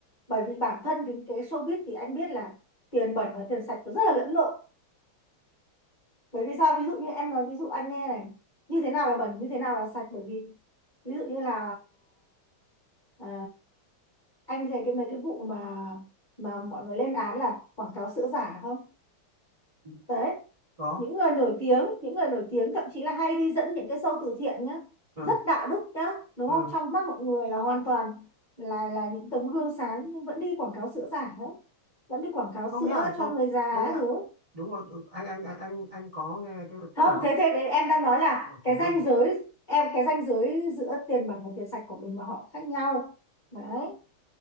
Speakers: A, on the left (about 30°); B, on the right (about 20°).
A: bởi vì bản thân cái, cái showbiz thì anh biết là tiền bẩn và tiền sạch nó rất là lẫn lộn bởi vì sao ví dụ như em nói ví dụ anh nghe này như thế nào là bẩn như thế nào là sạch bởi vì ví dụ như là ờ, anh thấy cái mấy cái vụ mà mà mọi người lên án là quảng cáo sữa giả không
B: ừ.
A: đấy
B: có
A: những người nổi tiếng những người nổi tiếng thậm chí là hay đi dẫn những cái show từ thiện nhá
B: ừ
A: rất đạo đức nhá đúng
B: ừ
A: không trong mắt mọi người là hoàn toàn là là những tấm gương sáng nhưng vẫn đi quảng cáo sữa giả nữa vẫn đi quảng cáo sữa
B: không nhá không
A: cho người già
B: đấy nhá
A: các thứ
B: đúng rồi đúng. anh anh anh anh anh có nghe cái
A: không
B: tức là
A: thế thế thế em đang nói là
B: rồi
A: cái
B: nói lốt
A: ranh
B: đi
A: giới em cái ranh giới giữa tiền bẩn và tiền sạch của mình và họ khác nhau đấy